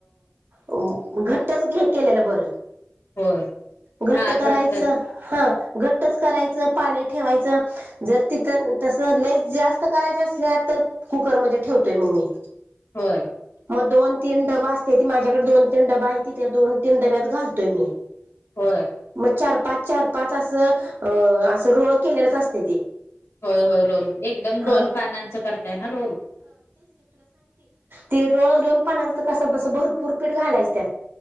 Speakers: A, on the right; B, on the left.
A: अ घट्टच करायचं केलेलं बरं
B: होय
A: घट्ट
B: हा घटतच
A: करायचं हा घट्टच करायचं पाणी ठेवायच जर तिथ तस लय जास्त करायच्या असल्या तर कुकर मध्ये ठेवून होते मग मी
B: होय
A: मग दोन तीन डबा असते ती माझ्याकडे दोन तीन डबा आहे त त्या दोन तीन डब्यात घालतोय मी
B: होर
A: मग चार पाच चार पाच असं अ असं रोळ केलेलंच असते ते
B: होय होय रोल एकदम दोन
A: हा
B: पानांचं करताय ना रोल
A: ती र दोन पानांचं कस बस भरपूर पीठ घालायच त्या